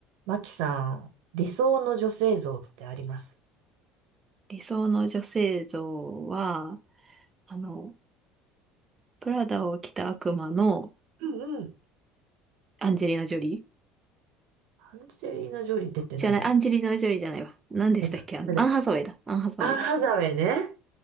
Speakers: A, on the right; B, on the right.
A: マキさん、理想の女性像ってあります
B: 理想の女性像は、あの、プラダを着た悪魔の
A: うんうん。
B: アンジェリーナ・ジョリー
A: アンジェリーナ・ジョリー出てないよ。
B: じゃない、アンジェリーナ・ジョリーじゃないわ。何でしたっけあの、
A: 出た。誰だっけ
B: アン・ハサウェイだ。アン・ハサウェイ。
A: アン・ハサウェイね。